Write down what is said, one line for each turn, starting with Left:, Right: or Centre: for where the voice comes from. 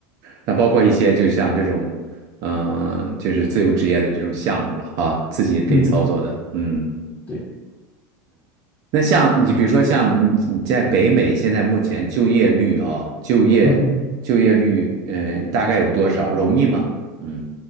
Right: 那包括一些就像这种嗯、呃就是自由职业的这种项目了啊，自己也可以操作的，
Left: 嗯，
Right: 嗯。
Left: 对，
Right: 那像你比如说像嗯你在北美现在目前就业率啊、就业就业率嗯、
Left: 嗯哼，
Right: 呃大概有多少？容易吗？嗯，